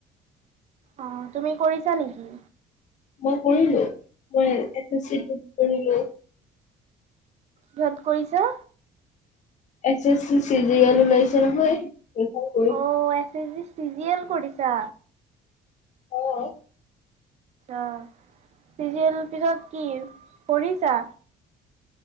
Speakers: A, on the right; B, on the left.
A: অ তুমি কৰিছা নেকি?
B: মই কৰিলোঁ, <unintelligible> কৰিলোঁ।
A: কিহত কৰিছা?
B: S S C, C G L ওলাইছে নহয়। সেইখন কৰি
A: অ', S S C C G L কৰিছা?
B: হয়।
A: অ', চি জি এল পিছত কি? পঢ়িছা?